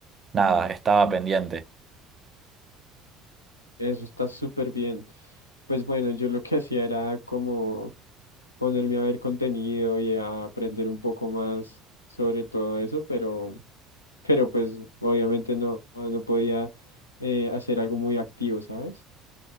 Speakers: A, on the right (about 30°); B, on the left (about 90°).
A: nada, estaba pendiente.
B: Eso está súper bien. Pues bueno, yo lo que hacía era como ponerme a ver contenido y a aprender un poco más sobre todo eso, pero, pero pues obviamente no, no podía eh, hacer algo muy activo, ¿sabes?